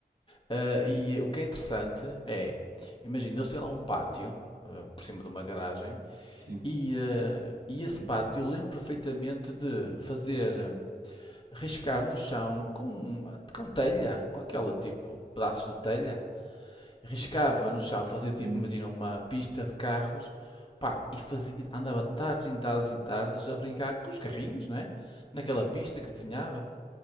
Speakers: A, on the left; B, on the right.
A: Ah, e o que é interessante é, imagina, eles têm lá um pátio, ah, por cima de uma garagem,
B: sim,
A: e, ah, e esse
B: sim,
A: pátio
B: sim,
A: eu lembro perfeitamente de fazer, hum, riscar no chão com, com telha, com aquela tipo, pedaços de telha riscava no chão, fazia
B: sim,
A: tipo, imagina, uma pista de carros, pá, e fazia, andava tardes e tardes e tardes a brincar com os carrinhos, não é? Naquela pista que desenhava,